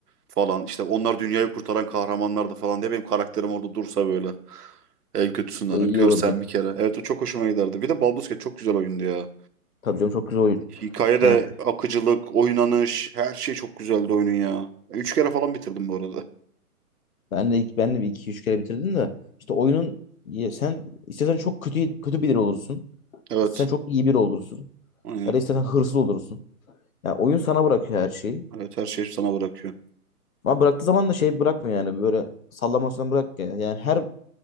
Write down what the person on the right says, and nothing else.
falan. İşte onlar dünyayı kurtaran kahramanlardı falan diye benim karakterim orada dursa böyle. En kötüsünden
görsen
bir kere. Evet o çok hoşuma giderdi. Bir de Baldur's Gate çok güzel oyundu ya.
Hikaye
de akıcılık, oynanış, her şey çok güzeldi oyunun ya. Üç kere falan bitirdim bu arada.
Evet.
Aynen.
Evet her şey sana bırakıyor.